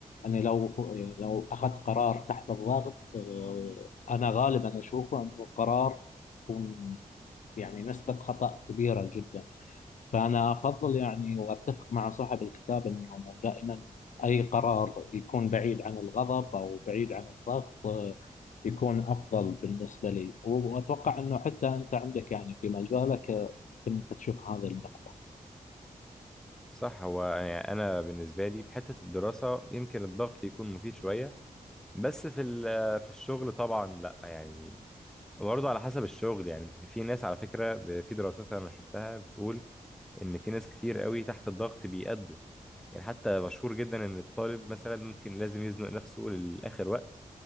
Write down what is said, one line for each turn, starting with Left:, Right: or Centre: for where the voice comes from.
Left: أني لو لو أخذت قرار تحت الضغط آه، أنا غالبا أشوفه أنه قرار يكون يعني نسبة خطأ كبيرة جدا فأنا أفضل يعني وأتفق مع صاحب الكتاب أنه دائما أي قرار يكون بعيد عن الغضب أو بعيد عن الضغط آه، يكون أفضل بالنسبة لي وأتوقع أنه حتى أنت عندك يعني في مجالك آه، يمكن أنت تشوف هذه النقطة
Centre: صح هو يعني انا بالنسبه لي في حته الدراسه يمكن الضغط يكون مفيد شويه بس في ال- آه، في الشغل طبعا لا يعني برضه على حسب الشغل يعني انت في ناس على فكرة ب- في دراسات انا شفتها بتقول ان في ناس كتير قوي تحت الضغط بيأدوا يعني حتى مشهور جدا ان الطالب مثلا ممكن لازم يزنق نفسه للآخر وقت